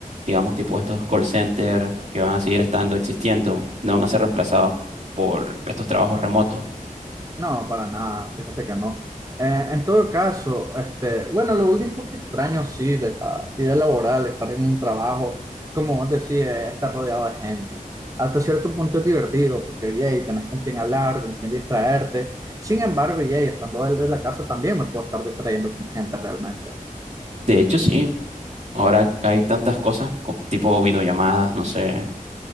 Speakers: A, on the right; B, on the right.
A: digamos, tipo estos call centers que van a seguir estando, existiendo, no van a ser reemplazados por estos trabajos remotos?
B: No, para nada, fíjate que no. Eh, en todo caso, este, bueno, lo único que extraño sí de la vida laboral, estar en un trabajo, como vos decís, es estar rodeado de gente. Hasta cierto punto es divertido porque, yay, tenés con quién hablar, con quién distraerte. Sin embargo, yay, estando él de la casa también me puedo estar distrayendo con gente realmente.
A: De hecho, sí. Ahora hay tantas cosas, co- tipo videollamadas, no sé.